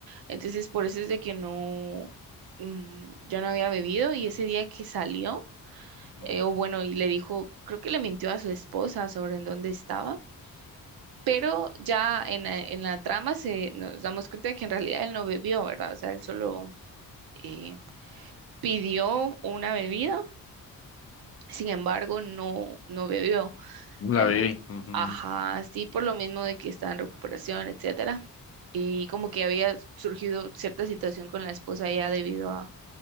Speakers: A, on the right; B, on the left.
A: Entonces, por eso es de que no, mm, yo no había bebido y ese día que salió
B: ujú,
A: eh, o bueno, y le dijo, creo que le mintió a su esposa sobre en dónde estaba, pero ya en, la- en la trama se nos damos cuenta de que en realidad él no bebió, ¿verdad? O sea, él solo eh, pidió una bebida, sin embargo, no, no bebió.
B: La
A: Eh,
B: bebé. ujú,
A: ajá, sí, por lo mismo de que está en recuperación, etcétera. Y como que había surgido cierta situación con la esposa ya debido a,